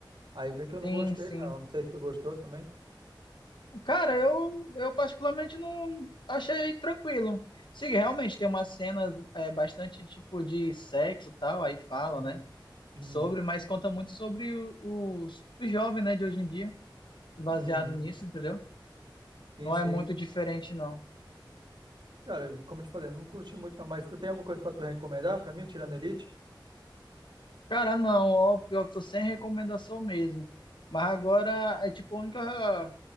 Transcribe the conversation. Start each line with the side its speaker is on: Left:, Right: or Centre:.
Right: Aí meio que eu não
Left: Sim,
Right: gostei,
Left: sim.
Right: não. Não sei se tu gostou também.
Left: Cara, eu, eu particularmente não achei tranquilo. Sim, realmente tem umas cenas é, bastante tipo de sexo e tal, aí fala,
Right: Aham.
Left: né?
Right: Uhum.
Left: Sobre, mas conta muito sobre o- os, os jovens, né, de hoje em dia, baseado
Right: Uhum.
Left: nisso, entendeu?
Right: Sim,
Left: Não
Right: sim.
Left: é muito diferente, não.
Right: Cara, como eu te falei, eu não curti muito, não. Mas tu tem alguma coisa pra tu recomendar pra mim, tirando Elite?
Left: Cara, não, ó, pior que tô sem recomendação mesmo. Mas agora é tipo a única